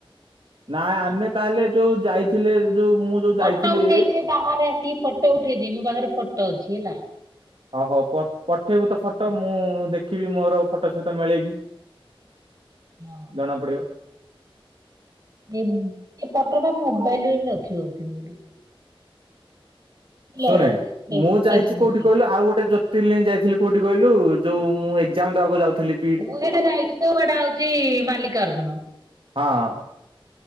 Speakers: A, on the right (about 65°); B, on the right (about 40°).
A: ନାଇଁ ଆମେ ତାହେଲେ ଯୋଉ ଯାଇଥିଲେ ଯୋଉ ମୁଁ ଯୋଉ
B: ଫଟୋ
A: ଯାଇଥିଲି।
B: ଉଠେଇଛି ବାହାରେ ଆସିକି ଫଟ ଉଠେଇଛି ମୋ ପାଖେରେ ଫଟ ଅଛି ହେଲା।
A: ହ ହୋଉ ପ ପଠେଇବୁ ତ ଫଟ ମୁଁ ଦେଖିବି ମୋରୋ ଫଟ ସହିତ ମିଳେଇକି।
B: ହଁ।
A: ଜଣା ପଡିବ।
B: <unintelligible> ଫଟଟା ମୋବାଇଲରେ ବି ଅଛି ବୋଧେ ମୋରୋ।
A: ଶୁଣେ
B: ହବ ଫେସ୍
A: ମୁଁ ଯାଇଚି
B: ଫେସବୁକ
A: କୋଉଠି
B: ରେ।
A: କହିଲୁ ଆଉ ଗୋଟେ ଯୋ ତିର୍ଲିଙ୍ଗ ଯାଇଥିଲି କୋଉଠି କହିଲୁ ଯୋଉ ମୁଁ ଏକ୍ସାମ୍ ଦେବାକୁ ଯାଉଥୁଲି।
B: ମୁଁ ସେଟା ଯାଇଚି ତ <unintelligible> ହୋଉଚି ମାଲିକାର୍ଜୁନ।
A: ହଁ।